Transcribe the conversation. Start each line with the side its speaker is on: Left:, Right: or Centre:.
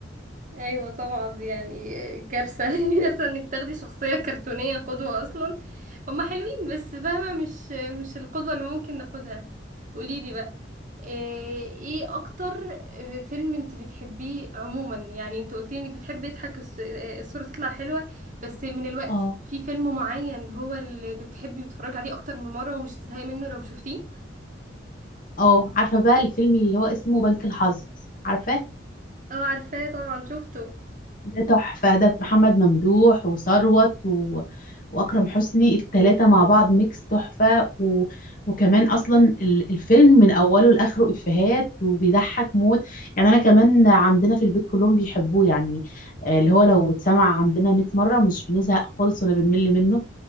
Right: ايوه طبعا دي يعني كارثه <laughs> كارثه انك تاخدي شخصيه كرتونيه قدوه اصلا هما حلوين بس فاهمه مش مش القدوه اللي ممكن ناخدها قوليلي بقى ايه إيه اكتر آه، فيلم انت بتحبيه عموما يعني انت قلتي انك بتحبي يضحك الص- آه، الصوره تطلع حلوه بس من الوقت
Left: اه
Right: في فيلم معين هو اللي بتحبي وتتفرجي عليه اكتر من مره ومش تزهقي منه لو شفتيه
Left: اه عارفه بقى الفيلم اللي هو اسمه بنك الحظ عارفاه
Right: اه عارفاه طبعا شفته
Left: ده تحفة ده محمد ممدوح وثروت و... وأكرم حسني التلاتة مع بعض ميكس تحفة و... وكمان أصلا ال- الفيلم من أوله لآخره إفيهات وبيضحك موت يعني أنا كمان عندنا في البيت كلهم بيحبوه يعني آه، اللي هو لو اتسمع عندنا 100 مرة مش بنزهق خالص ولا بنمل منه